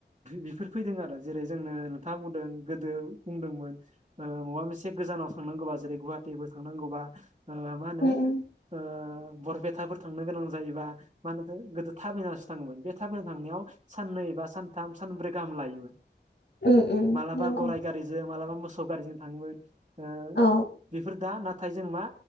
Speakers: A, on the right; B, on the left.
A: बेफोर फैदों आरो जेरै जोंनो नोंथाङा बुंदों गोदो बुंदोंमोन ओ माबा मोनसे एसे गोजानाव थांनांगौबा जेरै गुवाहाटिबो थांनांगौबा ओ मा होनो
B: उम
A: ओ बरपेटाफोर थांनो गोनां जायोबा मानोथो गोदो ताबिनासो थाङोमोन बे ताबिना थांनायाव साननै बा सान थाम सानब्रै गाहाम लायोमोन
B: उम उम
A: मालाबा
B: नंगौ
A: गराइ गारिजों मालाबा मोस सौ गारिजों थाङोमोन ओ
B: औ
A: बेफोर दा ना नाथाय जों मा